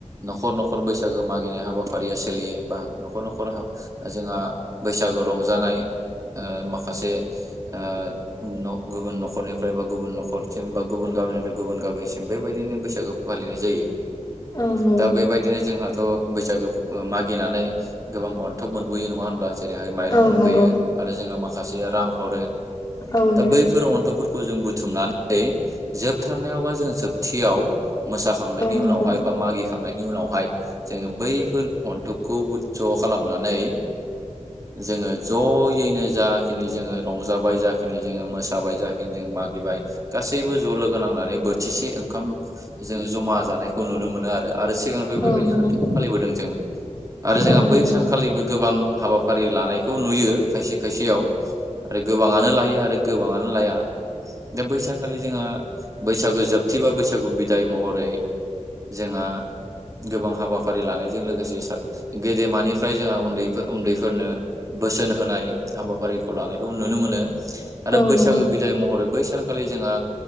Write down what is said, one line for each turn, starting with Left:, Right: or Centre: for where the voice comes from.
Right: न'खर न'खर बैसागो मागिनाय हाबाफारिया सोलियो बा न'खर न'खर जोंहा बैसागो रंजानाय ओ माखासे ओ न' गुबुन न'खरनिफ्राय बा गुबुन न'खरसिम बा गुबुन गामिनिफ्राय गुबुन गामिनिसिम बेबायदिनो बैसागो फालिनाय जायो।
Left: औ नंगौ
Right: दा बेबायदिनो जोंहाथ' बैसागो मागिनानै गोबां अनथोब मोनबोयो नङा होनब्ला जेरैहाय माइरं
Left: औ
Right: मोनबोयो
Left: नंगौ
Right: आरो जोंहा मा खासेया रां हरो।
Left: औ
Right: दा
Left: नंगौ
Right: बैफोर अन्थोबफोर खौ जों बुथुमनानै जोबथारनायाव बा जों जोबथियाव मोसाखांनायनि
Left: औ नंगौ
Right: उनावहाय बा मागि थांनायनि उनावहाय जोङो बैफोर अन्थोब खौ बुद्ध खालामनानै जोङो ज'यैनो जाखिनि जोङो रंजाबाय जाखिनि जोङो मोसाबाय जाखिनि जों मागिबाय गासैबो ज' लोगो नांनानै बोथिसे ओं खाम जोङो जमा जानायखौ नुनो मोनो आरो आरो सिगांनिफ्राय बेबायदि
Left: औ नंगौ
Right: खान्थिखौ फालिबोदों जोङो आरो जोंहा
Left: औ नंगौ
Right: बै सानखालिबो गोबां हाबा फारि लानायखौ नुयो खायसे खायसेयाव। आरो गोबाङानो लायो आरो गोबाङानो लाया दा बैसानखालि जोंहा बैसागु जोबथि बा बैसागु बिदाय महरै जोंहा गोबां हाबाफारि लानायजों लोगोसे गेदेमानिफ्राय जोंहा उन्दैफोर उन्दै फोरनो बोसोन होनाय हाबाफारिखौ लानायखौ नुनो मोनो। आरो
Left: औ
Right: बैसागो
Left: नंगौ
Right: बिदाय महरै बै सानखालि जोंहा